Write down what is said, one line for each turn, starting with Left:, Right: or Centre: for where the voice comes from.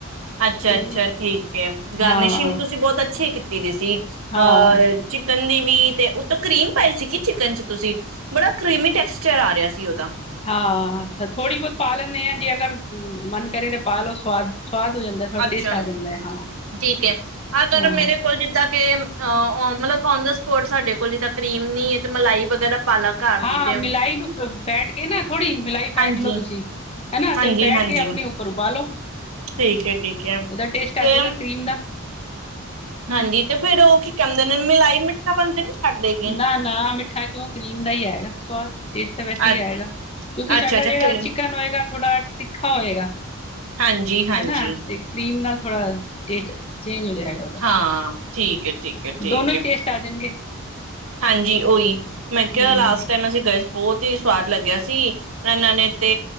Right: ਅੱਛਾ
Left: ਤੇ
Right: ਅੱਛਾ ਠੀਕ ਹੈ ਗਾਰਨਿਸ਼ਿੰਗ
Left: ਹਾਂ
Right: ਤੁਸੀਂ ਬਹੁਤ ਅੱਛੀ ਕੀਤੀ ਦੇ ਸੀ <unintelligible>
Left: ਹਾਂ
Right: ਚਿਕਨ ਦੀ ਵੀ ਤੇ ਉਤੋਂ ਕਰੀਮ ਪਾਈ ਸੀਗੀ ਚਿਕਨ ਚ ਤੁਸੀਂ ਬੜਾ ਕਰੀਮੀ ਟੈਕਸਚਰ ਆ ਰਿਹਾ ਸੀ ਓਦਾ
Left: ਹਾਂ ਤੇ ਥੋੜ੍ਹੀ ਬਹੁਤ ਪਾ ਲੈਂਦੇ ਹਾਂ ਜੇ ਅਗਰ ਮਨ ਕਰੇ ਤਾਂ ਪਾ ਲੋ ਸਵਾਦ ਸਵਾਦ ਹੋ ਜਾਂਦਾ ਥੋੜਾ
Right: ਅੱਛਾ
Left: ਟੇਸਟ ਆ ਜਾਂਦਾ ਹੈ। ਹਾਂ
Right: ਠੀਕ ਹੈ ਅਗਰ
Left: ਹਾਂ
Right: ਮੇਰੇ ਕੋਲ ਜਿੱਦਾਂ ਕੇ ਅ ਮਤਲਬ ਓਨ ਦਾ ਸਪੋਟ ਸਾਡੇ ਕੋਲ ਜਿੱਦਾਂ ਕਰੀਮ ਨੀ ਤੇ ਮਲਾਈ ਵਗੈਰਾ ਪਾਲਾ ਘਰ
Left: ਹਾਂ
Right: ਦੀ ਤੇ
Left: ਮਿਲਾਈ ਨੂੰ ਫ ਫੈਟ ਕੇ ਨਾ ਥੋੜ੍ਹੀ ਮਿਲਾਈ ਫੈਟ
Right: ਹਾਂਜੀ
Left: ਲਓ ਤੁਸੀਂ ਹਨਾ
Right: ਹਾਂਜੀ
Left: ਤੇ ਫੈਟ
Right: ਹਾਂਜੀ
Left: ਕੇ ਆਪਣੇ ਉੱਪਰ ਉਬਾਲੋ
Right: ਠੀਕ ਹੈ ਠੀਕ ਹੈ
Left: ਉਹਦਾ ਟੇਸਟ ਆ
Right: ਤੇ
Left: ਜਾਏਗਾ ਕਰੀਮ ਦਾ
Right: ਹਾਂਜੀ ਤੇ ਫੇਰ ਉਹ ਕੀ ਕਹਿੰਦੇ ਨੇ ਮਿਲਾਈ ਮਿੱਠਾਪਨ ਤਾ ਨੀ ਛੱਡ ਦੇਗੀ
Left: ਨਾ ਨਾ ਮਿੱਠਾ ਕਿਉਂ ਕਰੀਮ ਦਾ ਹੀ ਆਏਗਾ ਸਵਾਦ ਟੇਸਟ ਤਾਂ ਵੈਸੇ ਹੀ
Right: ਅੱ
Left: ਆਏਗਾ ਕਿਉਂਕਿਡਾ
Right: ਅੱਛਾ ਅੱਛਾ
Left: ਜਿਹੜਾ
Right: ਕਰੀਮ
Left: ਚਿਕਨ ਥੋੜਾ ਤਿੱਖਾ ਹੋਏਗਾ
Right: ਹਾਂਜੀ ਹਾਂਜੀ
Left: ਹਨਾ ਤੇ ਕਰੀਮ ਨਾਲ ਥੋੜਾ ਟੇਸਟ ਹੈ ਚੇਂਜ ਹੋ ਜਾਏਗਾ ਉਹਦਾ
Right: ਹਾਂ ਠੀਕ ਠੀਕ ਹੈ ਠੀਕ
Left: ਦੋਨੋ ਹੀ
Right: ਹੈ
Left: ਟੇਸਟ ਆ ਜਾਣਗੇ
Right: ਹਾਂਜੀ ਉਹੀ ਮੈਂ
Left: ਹੂੰ-ਹੂੰ
Right: ਕਿਹਾ ਲਾਸਟ ਟਾਈਮ ਅਸੀਂ ਗਏ ਬਹੁਤ ਹੀ ਸਵਾਦ ਲੱਗਿਆ ਸੀ ਇਹਨਾਂ ਨੇ ਤੇ